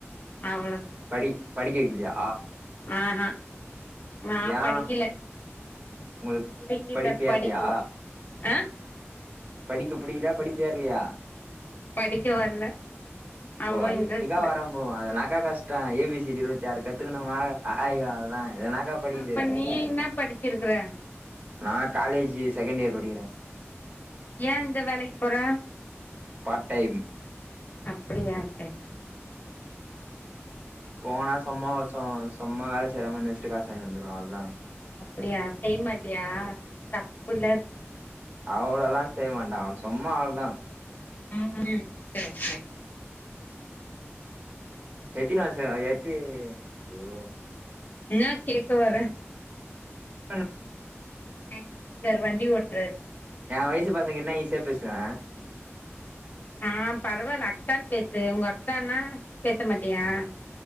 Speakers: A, on the left (about 40°); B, on the right (about 35°).
A: அவளதா
B: படி படிக்க வைக்கலையா
A: ஆஹா நா
B: ஏ
A: படிக்கல
B: உங்களுக்கு
A: புடிக்கல
B: படிப்பு ஏர்லையா
A: படிக்கல ஆ
B: படிக்க புடிக்கலையா படிப்பு ஏர்லையா
A: படிக்க வரல அவ்ளோ
B: ஓ அது
A: இன்ட்ரெஸ்ட்
B: எப்டிக்கா
A: இல்ல
B: வராமபோகு அது என்னாக்கா கஷ் ஏ பி சி டி இருவத்தாறு கத்துக்கணுமா அ ஆ இ அவ்ளோதா இது என்னாக்கா படிக்குது
A: அப்ப நீ என்ன படிச்சிருக்குற
B: நா காலேஜ்ஜு செகண்ட் இயர் படிக்கிற
A: ஏ இந்த வேலைக்கு போற
B: பார்ட் டைம்
A: அப்படியா சரி சரி
B: போனா சம கஷ்ட சும்மா வேல செய்ற மாரி நடிச்சிட்டு காசு வாங்கிட்டு வந்துருவ அவளதா
A: அப்படியா செய்யமாட்டியா தப்புல்ல
B: அவளெல்லா செய்ய மாட்ட அவ சும்மா அவ்ளதா
A: ஆ சரி சேரி
B: எத்தினாச எத்தி அய்யோ
A: என்னா கேக்க வர
B: <unintelligible>
A: எங்க வீட்டுக்கார் வண்டி ஓட்றாரு
B: ஏ வயசு பசங்கிட்டனா ஈசியா பேசுவே
A: ஆ பரவால்ல அக்கான்னு பேசு உங்க அக்கனா பேச மாட்டியா